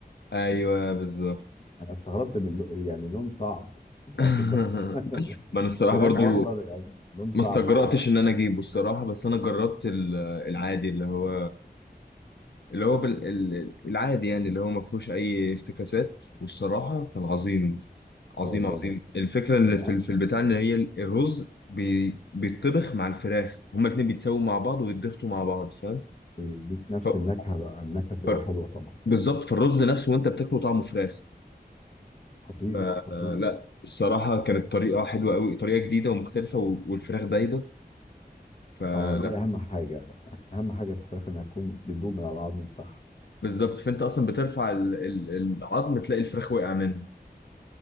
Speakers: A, on the left (about 85°); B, on the left (about 40°).
A: ايوه بالظبط
B: أنا استغربت من اللو يعني لون صعب، أنت
A: <laughs>
B: واخد بالك <laughs>
A: ما انا الصراحه
B: فراخ
A: برضو
B: وأخضر يعني لون صعب
A: ما استجرأتش
B: أوي
A: ان انا اجيبه الصراحه بس انا جربت ال- العادي اللي هو اللي هو بال... ال- العادي يعني اللي هو ما فيهوش اي افتكاسات والصراحه كان عظيم عظيم
B: والله.
A: عظيم الفكره ان
B: يع
A: في ال- في البتاع ان هي ال- الرز بي... بيتطبخ مع الفراخ هما الاتنين بيتسووا مع بعض ويتضغطوا مع بعض فاهم
B: ويدّيك نفس
A: ف...
B: النكهة بقى، النكهة بتبقى
A: ف...
B: حلوة طبعًا.
A: بالظبط في الرز نفسه وانت بتاكله طعمه فراخ
B: خطير،
A: فلا
B: خطير.
A: الصراحه كانت طريقه حلوه قوي طريقه جديده ومختلفه و- والفراخ دايبه فلا
B: آه، دي أهم حاجة، أهم حاجة في الفراخ إنها تكون بتدوب من على العضم بتاعها.
A: بالظبط فانت اصلا بترفع ال- ال- العظم تلاقي الفراخ وقع منها